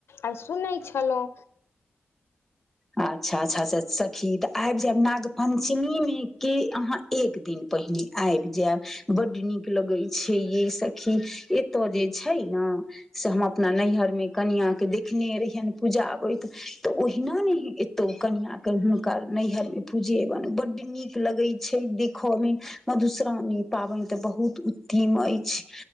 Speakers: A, on the left (about 85°); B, in the centre.
A: आ सुनै छलौं
B: अच्छा अच्छा स सखी त आयब जायब नाग पञ्चमी में कि अहाँ एक दिन पहिने आयब जायब बड नीक लगै छैयै सखी एतऽ जे छै ने से हम अपना नैहर मे कनिया के देखने रहियनि पूजा आबैत तऽ ओहिना ने ई तो कनीया अगर ह नैहर में पूजे बन बड्ड नीक लगे छै देखऽ में मधुश्रावणी पाबनि ते बहुत उत्तम अछि